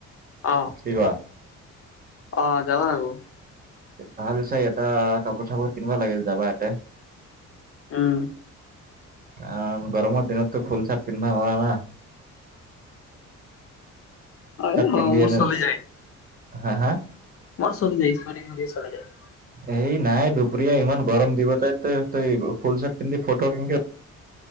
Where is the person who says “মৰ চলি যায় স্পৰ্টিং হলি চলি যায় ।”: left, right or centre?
Left